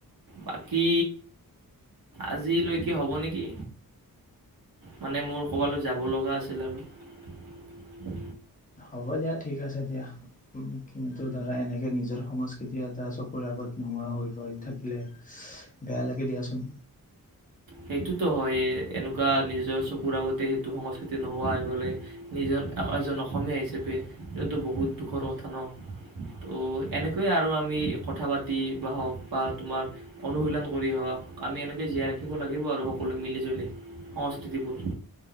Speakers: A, on the right; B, on the left.
A: বাকী আজিলৈকে হ'ব নেকি। মানে মোৰ ক'ৰবালৈ যাব লগা আছিল আৰু
B: হ'ব দিয়া ঠিক আছে দিয়া কিন্তু ধৰা এনেকে নিজৰ সংস্কৃতি এটা চকুৰ আগত নোহোৱা হৈ গৈ থাকিলে বেয়া লাগে দিয়াচোন,
A: সেইটোতো হয় এনেকুৱা নিজৰ চকুৰ আগতে সেইটো সংস্কৃতি নোহোৱা হৈ গ'লে নিজন এজন অসমীয়া হিচাপে এইটোতো বহুত দুখৰ কথা ন ত এনেকৈয়ে আৰু আমি কথা পাতি বা হওক বা তোমাৰ অনুশীলন কৰি হওক আমি এনেকৈ জীয়াই ৰাখি শ থিকিব লাগিব আৰু সকলোৱে মিলি জুলি সংস্কৃতিবোৰ।